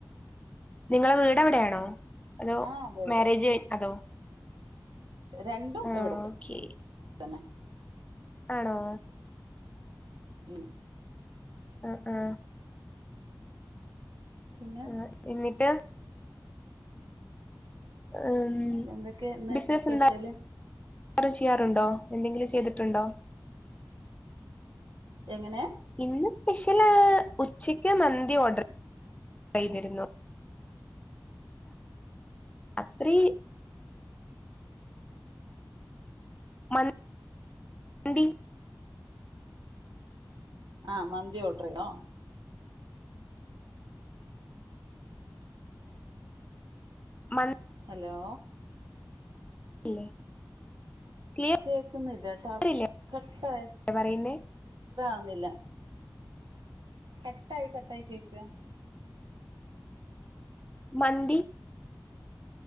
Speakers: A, on the left; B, on the right.
A: നിങ്ങളെ വീട് എവിടെയാണോ അതോ
B: ആഹ് അതെ ഇവിടെ
A: മാരേജ് അതോ
B: രണ്ടും
A: ആഹ്
B: ഇവിടത്തെ
A: ഓക്കെ
B: തന്നെ
A: ആണോ
B: ഉം
A: ആഹ ആഹ
B: പിന്നെ
A: ആ എന്നിട്ട് ഉം
B: എന്തൊക്കെ ഇന്ന്
A: ബിസിനസ്
B: സ്പെഷ്യല്
A: എന്താ അവറ് ചെയ്യാറുണ്ടോ എന്തെങ്കിലും ചെയ്തിട്ടുണ്ടോ
B: എങ്ങനെ
A: ഇന്ന് സ്പെഷ്യൽ ഉച്ചക്ക് മന്തി ഓർഡർ ചെയ്തിരുന്നു രാത്രി മ മന്ദി
B: ആഹ മതിി ഓട്ടറക്കോ
A: മ
B: ഹലോ
A: ഇല്ലേ ക്ലിയർ
B: കേക്കുന്നില്ല ട്ട
A: ഇല്ലേ
B: ക ക്ർ
A: പറയുന്നേ
B: ുന്നില്ല കട്ടായി കട്ടായി കേക്ക
A: മന്ന്ദി